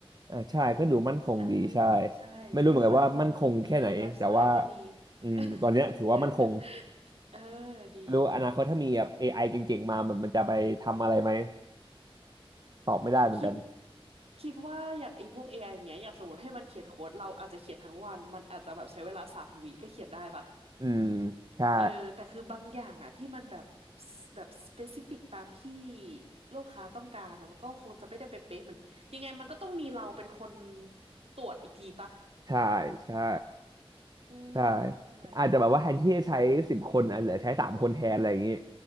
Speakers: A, on the right; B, on the right.
A: อ่าใช่ก็ดูมั่นคงดีใช่
B: เออใช่ก็ดูมั่นคงเงินดีไลฟ์สไตล์ก็ดี
A: ไม่รู้เหมือนกันว่ามั่นคงแค่ไหนแต่ว่าอืมตอนเนี้ยถือว่ามั่นคง
B: <laughs> เออดีดี
A: ไม่รู้อนาคตถ้ามีแบบ AI เก่งๆมามันมันจะไปทำอะไรไหมตอบไม่ได้เหมือนกัน
B: คิดคิดว่าอย่างไอ้พวก AI อไออย่างเงี้ยอย่างสมมติให้มันเขียนโค้ดเราอาจจะเขียนทั้งวันมันอาจจะแบบใช้เวลาสามวิก็เขียนได้ปะ
A: อืมใช่
B: เออแต่คือบางอย่างอะที่มันแบบสแบบสเปซิฟิกตามที่ลูกค้าต้องการอะมันก็คงจะไม่ได้ไปเป๊ะเหมือนยังไงมันก็ต้องมีเราเป็นคนตรวจอีกทีปะ
A: ใช่ใช่
B: อืม
A: ใช่
B: นั่นแหละ
A: อาจจะแบบว่าแทนที่จะใช้สิบคนอ่ะเหลือใช้สามคนแทนอะไรอย่างงี้